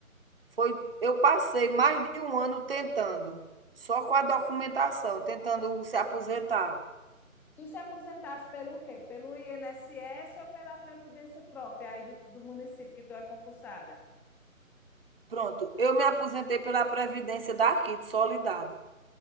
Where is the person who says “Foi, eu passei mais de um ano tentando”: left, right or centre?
Right